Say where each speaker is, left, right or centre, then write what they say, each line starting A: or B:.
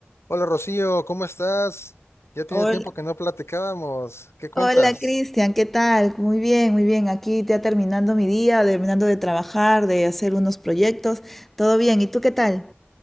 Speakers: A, on the left; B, in the centre.
A: Hola Rocío, ¿cómo estás? Ya tiene
B: Hola,
A: tiempo que no platicábamos. ¿Qué cuentas?
B: hola Cristian, ¿qué tal? Muy bien, muy bien. Aquí ya terminando mi día, terminando de trabajar, de hacer unos proyectos. Todo bien, ¿y tú qué tal?